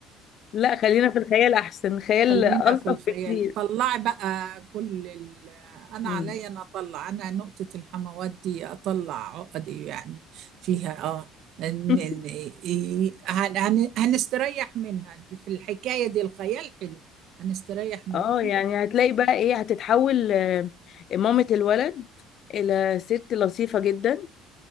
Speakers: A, on the left (about 50°); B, on the right (about 60°).
A: لا خلينا في الخيال احسن خيال
B: خلينا
A: الطف
B: في الخيال
A: بكتير
B: طلعي بقى كل ال... انا
A: مم.
B: عليا انا اطلع انا نقطة الحموات دي اطلع عقدي يعني فيها اه ان
A: <laughs>
B: إن- إيه- هن... هن... هنستريح منها في الحكاية دي الخيال حلو هنستريح من
A: اه
B: في
A: يعني هتلاقي بقى ايه هتتحول آه، مامة الولد الى ست لطيفة جدا